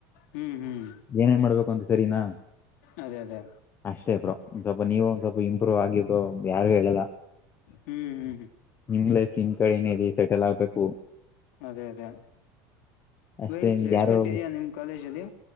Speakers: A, on the left; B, on the left.
A: ಹ್ಮ್ ಹ್ಮ್
B: ಏನೇನ್ ಮಾಡ್ಬೇಕು ಸರಿನಾ
A: ಅದೇ ಅದೇ
B: ಅಷ್ಟೇ ಬ್ರೋ ಸ್ವಲ್ಪ ನೀವು ಸ್ವಲ್ಪ ಇಂಪ್ರೂವ್ ಆಗಿದರು ಯಾರು ಹೇಳುದ
A: ಹ್ಮ್ ಹ್ಮ್
B: ನಿಮ್ ಲೈಫ್ ನಿಮ್ ಕಡೆ ನ ಇ ಸೆಟಲ್ ಆಗ್ಬೇಕು
A: ಅದೇ ಅದೇ
B: ಅಷ್ಟೇ
A: ನೀಂಗ ಪ್ಲೇಸ್ಮೆಂಟ್
B: ಯಾರೋ
A: ಇದಯಾ ನಿಮ್ ಕಾಲೇಜಲ್ಲಿ